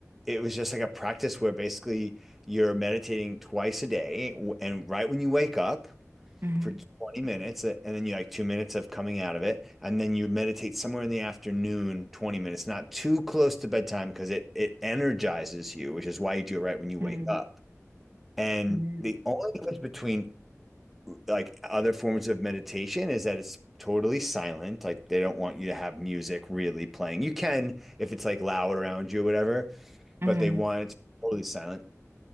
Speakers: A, in the centre; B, on the right.
A: it was just like a practice where basically you're meditating twice a day, w- and right when you wake up,
B: hmm
A: for 20 minutes uh, and then you like two minutes of coming out of it and then you meditate somewhere in the afternoon 20 minutes not too close to bedtime because it it energizes you which is why you do it right when you wake
B: Mm,
A: up and
B: mhm.
A: the only difference between like other forms of meditation is that it's totally silent like they don't want you to have music really playing you can if it's like loud around you or whatever
B: Mhm.
A: but they want it to be totally silent